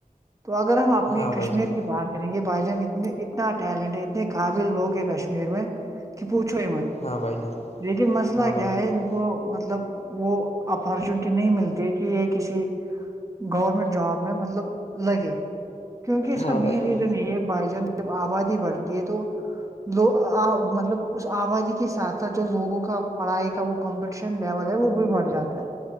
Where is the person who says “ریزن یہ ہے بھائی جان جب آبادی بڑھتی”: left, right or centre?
Right